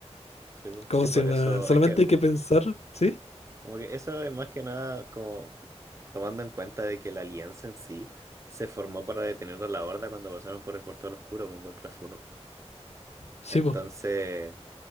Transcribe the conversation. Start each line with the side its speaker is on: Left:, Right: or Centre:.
Right: Sí, po.
Left: ¿Cómo
Right: Sí,
Left: se
Right: por
Left: llama?
Right: eso,
Left: Solamente
Right: es que
Left: hay que pensar, ¿sí?
Right: como que eso es más que nada como tomando en cuenta de que la alianza en sí se formó para detener a la Horda cuando pasaron por el Portal Oscuro po, en Warcraft 1.
Left: Sí,
Right: Entonces...
Left: po,